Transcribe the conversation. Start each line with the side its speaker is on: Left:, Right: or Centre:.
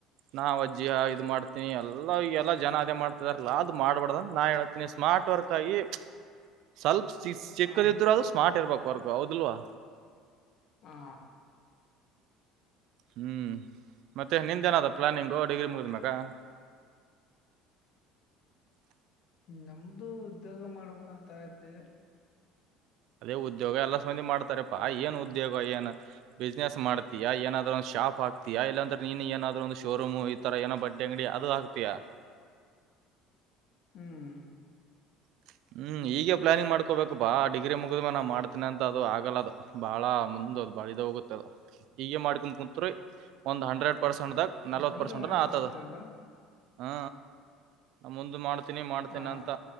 Right: ನಾವ ಅಜ್ಜಿಯ ಇದ್ ಮಾಡ್ತೀನಿ ಎಲ್ಲ ಎಲ್ಲ ಜನ ಅದೇ ಮಾಡ್ತಿದಾರಲ್ಲ ಅದ್ ಮಾಡ್ಬಾರಡ್ದನ್ ನಾ ಹೇಳ್ತೀನಿ ಸ್ಮಾರ್ಟ ಸ್ಮಾರ್ಟ್ ವರ್ಕ್ ಆಗಿ ಸ್ವಲ್ಪ ಚಕ್ಕದಿದ್ರೂ
Left: ಹಾ
Right: ಅದು ಸ್ಮಾರ್ಟ್ ಇರ್ಬೇಕು ವರ್ಕ್ ಹೌದಲ್ವಾ
Left: ಹಾ
Right: ಹ್ಮ್ ಮತ್ತೆ ನಿಂದೇಏನಾದ ಪ್ಲಾನಿಂಗು ಡಿಗ್ರಿ ಮುಗ್ದ ಮಕ ಹ <unintelligible>
Left: ನಮ್ದು ಉದ್ಯೋಗ ಮಾಡ್ಬೇಕಂತಯತೆ
Right: ಅದೇ ಉದ್ಯೋಗ ಎಲ್ಲ ಸ್ಬಂದಿ ಮಾಡ್ತಾರಪ್ಪಾ ಏನ್ ಉದ್ಯೋಗ ಏನ್ ಬಿಸ್ನೆಸ್ ಮಾಡ್ತಯ ಏನಾದ್ರರು ಒಂದ ಶಾಪ್ ಹಾಕ್ತೀಯ ಇಲ್ಲಾಂದ್ರೆ ನೀನು ಏನಾದ್ರು ಒಂದು ಶೋರೂಮ್ ಈ ತರ ಏನೋ ಬಡ್ಡಿ ಅಂಗಡಿ ಅದು ಹಾಕ್ತಿಯಾ ಹ <unintelligible>
Left: ಹ್ಮ್
Right: ಹ <unintelligible> ಹ್ಮ್ ಈಗೆ ಪ್ಲಾನಿಂಗ್ ಮಾಡ್ಕಬೇಕಪ್ಪಾ ಆ ಡಿಗ್ರಿ ಮುಗಿದ್ಮೆ ನಾವು ಮಾಡ್ತೀನ ಅಂತ ಅದು ಆಗಲ್ಲ ಅದು ಬಾಳ ಮುಂದ ಬಳಿದ ಹೋಗುತ್ತ ಹಗೆ ಮಾಡ್ಕೊಂಡ್ ಕುಂತ್ ಒಂದ್ ಹಂಡ್ರೆಡ್ ಪರ್ಸೆಂಟ್ಗ ನಲವ
Left: ಬೇಗ
Right: ಪರ್ಸೆಂಟ್
Left: ಮಾಡ್ಕೋಬೇಕಲ್ಲ
Right: ಆತದ ಹ ನ ಮು ಮಾಡ ಚತ್ನಿ ಮಾಡ್ತೇನೆ
Left: ಹಾ
Right: ಅಂತ